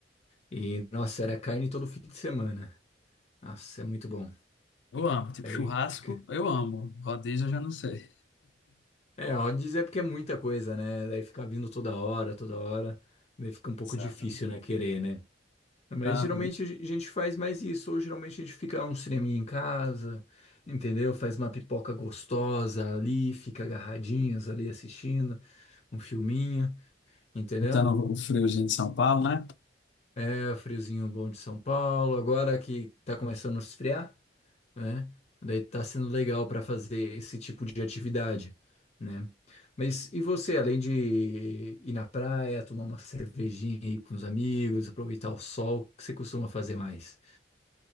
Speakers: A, on the left (about 35°); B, on the left (about 75°).
A: E, nossa, era carne todo fim de semana. Nossa, é muito bom.
B: Eu amo, tipo
A: É,
B: churrasco,
A: c-
B: eu amo. Rodízio, eu já não sei.
A: é, é, ó, dizer porque é muita coisa, né? Daí ficar vindo toda hora, toda hora. Daí fica um pouco
B: Exato.
A: difícil,
B: <laughs>
A: né? Querer, né? Mas
B: Ah,
A: geralmente a gente faz mais isso, ou geralmente a gente fica um cineminha em casa, entendeu? Faz uma pipoca gostosa ali, fica agarradinhas ali assistindo um filminho, entendeu?
B: Botando o friozinho de São Paulo, né?
A: É, friozinho bom de São Paulo, agora que tá começando a esfriar, né? Daí tá sendo legal para fazer esse tipo de atividade, né? Mas e você, além de ir na praia, tomar uma cervejinha aí com os amigos, aproveitar o sol, o que você costuma fazer mais?